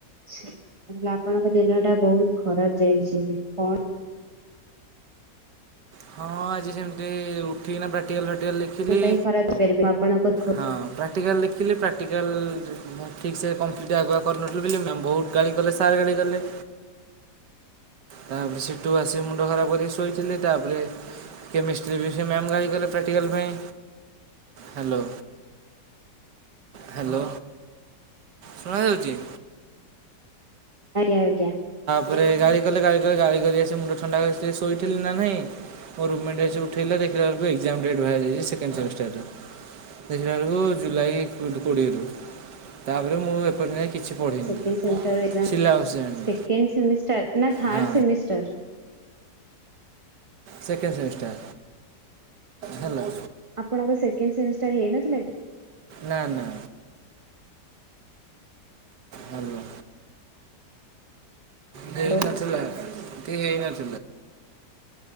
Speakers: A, on the right (about 20°); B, on the right (about 75°).
A: ଆଚ୍ଛା ତାହେଲେ ଆପଣଙ୍କ ଦିନ ଟା ବହୁତ ଖରାପ ଯାଇଛି କଣ
B: ହଁ ଆଜି ସେମିତି ଉଠିକିନା ପ୍ରାକ୍ଟିକାଲ ଫ୍ରାକ୍ଟିକାଲ୍ ପ୍ରାକ୍ଟିକାଲ
A: ମୋ
B: ଲେଖିଲି
A: ପାଇଁ ଖରାପ ହେଇପାରିବ ଆପଣଙ୍କ ଦୁଃଖ?
B: ହଁ ପ୍ରାକ୍ଟିକାଲ ଲେଖିଲି ପ୍ରାକ୍ଟିକାଲ ଠିକ୍ ସେ କମ୍ପ୍ଲିଟ ଆଗୁଆ କରିନଥିଲୁ ବୋଲି ମ୍ୟାମ୍ ବହୁତ ଗାଳି କଲେ ସାର୍ ଗାଳି କଲେ। ତାପରେ ସେଠୁ ଆସି ମୁଣ୍ଡ ଖରାପ କରିକି ଶୋଇଥିଲି ତାପରେ କେମେଷ୍ଟ୍ରି ବି ସେହି ମ୍ୟାମ୍ ଗାଳି କଲେ ପ୍ରାକ୍ଟିକାଲ ପାଇଁ ହାଲୋ ହାଲୋ ଶୁଣା ଯାଉଛି।
A: ଆଜ୍ଞା ଆଜ୍ଞା।
B: ପରେ ଗାଳି କଲେ ଗାଳି କଲେ ଗାଳି କରି ଆସି ମୁଣ୍ଡ ଥଣ୍ଡା ଶୋଇଥିଲି ନା ନାହିଁ ମୋ ରୁମମେଣ୍ଟ ଆସି ଉଠେଇଲା ଦେଖିଲା ବେଳକୁ ଏକ୍ଜାମ ଡେଟ୍ ବାହାରିଯାଇଛି ସେକେଣ୍ଡ ସେମିଷ୍ଟାର ର। ଦେଖିଲା ବେଳକୁ ଜୁଲାଇ କୋଡ଼ି କୋଡିଏରୁୁ ତାପରେ ମୁଁ ଏପରି ଯାଇ କିଛି ପଢିନି
A: ସେକେଣ୍ଡ ସେମିଷ୍ଟାର ଏକ୍ସାମ
B: ସିଲାବସ୍ ଜାଣିନି
A: ସେକେଣ୍ଡ ସେମିଷ୍ଟାର ନା third
B: ହଁ
A: semester?
B: Second semester hello.
A: ଆପଣଙ୍କ ସେକେଣ୍ଡ ସେମିଷ୍ଟାର ହେଇନଥିଲା କି?
B: ନା ନା। ହାଲୋ <inaudible> ହେଇନଥିଲା
A: ହ୍ୟାଲୋ
B: ତି ହେଇନଥିଲା।